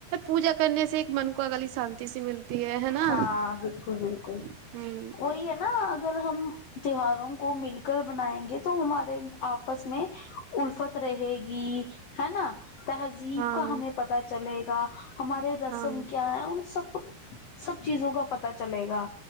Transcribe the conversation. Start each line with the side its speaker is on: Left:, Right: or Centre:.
Right: پوجا کرنے سے ایک من کو اگلی شانتی سے ملتی ہے ہے نا
Left: ہاں بالکل بالکل
Right: ہوں
Left: وہی ہے نا نا اگر ہم تہواروں کو مل کر بنائیں گے تو ہمارے آپس میں الرفت رہے گی ہے نا تہذیب
Right: ہاں
Left: کا ہمیں پتا چلے گا ہمارے رسم
Right: ہاں
Left: کیا ہے ان سب سب چیزوں کا پتا چلے گا